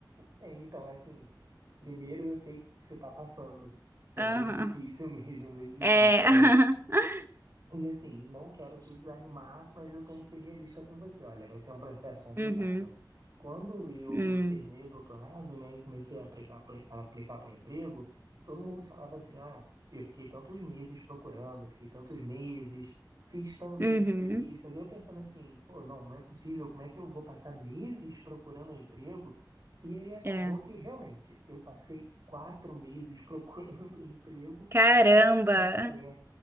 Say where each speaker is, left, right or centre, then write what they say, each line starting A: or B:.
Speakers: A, on the right (about 55°); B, on the right (about 30°).
A: É, então, é assim, primeiro eu sei que você tá passando. É
B: Aham.
A: bem difícil <laughs> mesmo, bem difícil.
B: É. <laughs>
A: é. E assim, não quero te desanimar, mas eu tenho que ser realista com você. Olha, vai ser um processo complicado.
B: Uhum.
A: Quando eu
B: Hum.
A: terminei o doutorado, né, e comecei a aplicar, a aplicar para emprego, todo mundo falava assim: ah, eu fiquei tantos meses procurando, fiquei tantos meses, fiz tantas
B: Uhum.
A: entrevistas. Eu pensando assim: pô, não, não é possível, como é que eu vou passar meses procurando um emprego? E aí acabou
B: É.
A: que realmente eu passei quatro meses procurando <laughs> emprego.
B: Caramba.
A: E assim, é,